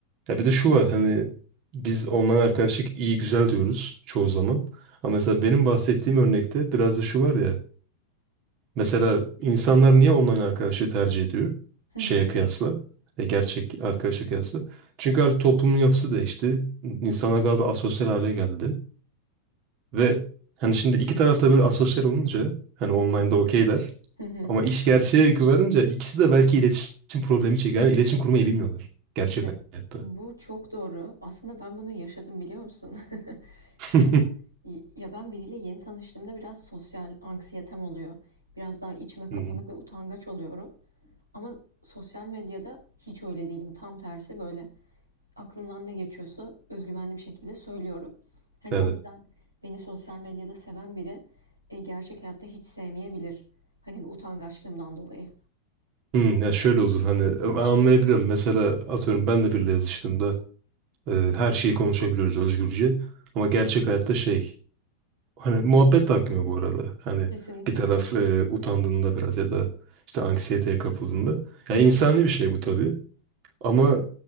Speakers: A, on the right; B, on the right.
A: Ya bir de şu var hani biz online arkadaşlık iyi güzel diyoruz çoğu zaman. Ama mesela benim bahsettiğim örnekte biraz da şu var ya Mesela insanlar niye online arkadaşı tercih ediyor?
B: Hı
A: Şeye
B: hı.
A: kıyasla. e, gerçek arkadaşa kıyasla. Çünkü artık toplumun yapısı değişti. İnsanlar daha da asosyal hale geldi. Ve hani şimdi iki tarafta böyle asosyal olunca hani online'da okeyler.
B: Hı hı.
A: Ama iş gerçeğe varınca ikisi de belki iletişim problemi çekiyor. Yani iletişim kurmayı bilmiyorlar. Gerçek
B: Ya,
A: hayatta.
B: bu çok doğru. Aslında ben bunu yaşadım biliyor musun? <laughs>
A: <laughs>
B: Şöyle
A: Hı
B: y- ya ben biriyle yeni tanıştığımda biraz sosyal anksiyetem oluyor. Biraz daha içime kapanık
A: hı.
B: ve utangaç oluyorum. Ama sosyal medyada hiç öyle değilim. Tam tersi böyle. aklımdan ne geçiyorsa özgüvenli bir şekilde söylüyorum. Hani
A: Evet.
B: o yüzden beni sosyal medyada seven biri e, gerçek hayatta hiç sevmeyebilir. Hani bu utangaçlığımdan dolayı.
A: Hmm, ya şöyle olur hani ben anlayabiliyorum. Mesela atıyorum ben de biriyle yazıştığımda Ee, her şeyi konuşabiliyoruz özgürce. Ama gerçek hayatta şey hani muhabbet de akmıyor bu arada. Hani
B: Kesinlikle.
A: bir taraf e, utandığında biraz ya da işte anksiyeteye kapıldığında. Yani insani bir şey bu tabii. Ama